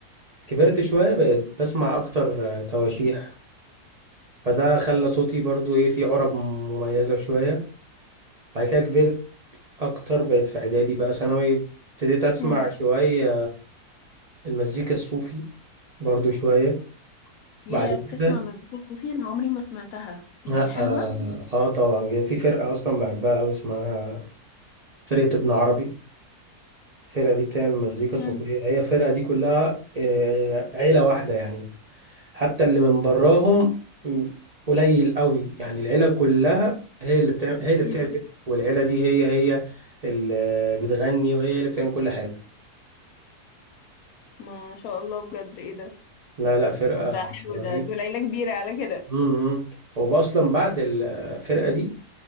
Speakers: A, on the right; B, on the left.
A: كبرت شويه بقيت بسمع اكتر آه، تواشيح فده خلى صوتي برضو ايه فيه عرب مميزه شويه بعد كده كبرت اكتر بقيت في اعدادي بقى ثانوي ابتديت اسمع
B: امم
A: شويه المزيكا الصوفي برضو شويه
B: يا
A: بعد
B: بتسمع
A: كده
B: مزيكا صوفي انا عمري ما سمعتها دي
A: لا
B: حلوة
A: اه, آه طبعا جه في فرقه اصلا بحبها قوي اسمها فرقه ابن عربي الفرقه دي بتعمل مزيكا
B: امم
A: صوفيه هي الفرقه دي كلها آه عيله واحده يعني حتى اللي من براهم م- قليل قوي يعني العيله كلها هي اللي بتعمل هي اللي بتعزف
B: أمم.
A: والعيله دي هي هي اللي بتغني وهي اللي بتعمل كل حاجه
B: ما شاء الله بجد ايه ده
A: لا لا فرقه
B: طب ده حلو
A: رهيبة
B: ده دول ليلة كبيرة على كده
A: امم واصلا بعد الفرقه دي